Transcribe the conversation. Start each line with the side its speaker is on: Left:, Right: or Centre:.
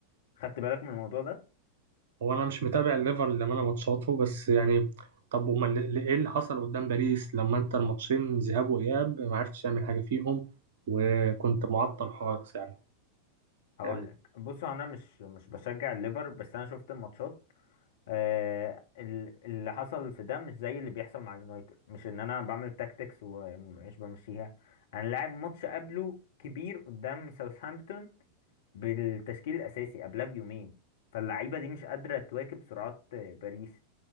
Left: خدت بالك من الموضوع ده
Right: هو انا مش متابع الليفر لما انا ماتشاته بس يعني طب امال ل- ايه اللي حصل قدام باريس لما انت الماتشين ذهاب واياب ما عرفتش تعمل حاجة فيهم وكنت معطل خالص يعني
Left: هقول
Right: يعني
Left: لك بص هو انا مش مش بشجع الليفر بس انا شفت الماتشات آه ال- اللي حصل في ده مش زي اللي بيحصل مع اليونايتد مش ان انا بعمل تاكتكس ومش بمشيها انا لاعب ماتش قبله كبير قدام ساوثهامبتون بالتشكيل الاساسي قبلها بيومين فاللعيبه دي مش قادره تواكب سرعات آه، باريس